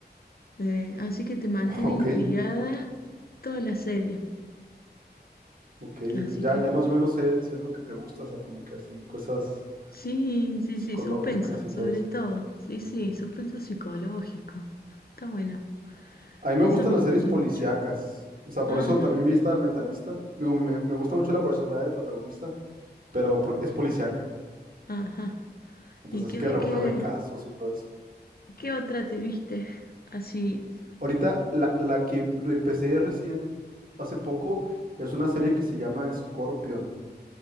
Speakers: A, on the left; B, on the right.
A: Eh, así que te mantiene
B: <laughs>
A: intrigada
B: Ok,
A: toda la serie.
B: ok,
A: Así
B: ok. Ya,
A: que...
B: ya más o menos sé, sé lo que te gusta, o sea, como que así, cosas
A: Sí, sí,
B: psicológicas
A: sí, suspenso,
B: y
A: sobre
B: todo eso.
A: todo. Sí, sí,
B: Sí.
A: suspenso psicológico. Está bueno.
B: A mí me
A: Eso
B: gustan
A: me
B: las
A: gustó
B: series policíacas.
A: mucho.
B: O sea, por
A: Ajá,
B: eso también vi esta del Mentalista. Digo, me, me gusta mucho la personalidad del protagonista, pero por- es policíaca.
A: ajá.
B: Entonces,
A: ¿Y qué,
B: así que resuelven
A: qué,
B: casos y todo eso.
A: qué otra te viste? Así,
B: Ahorita, la, la que empecé recién, hace poco, es una serie que se llama Scorpion.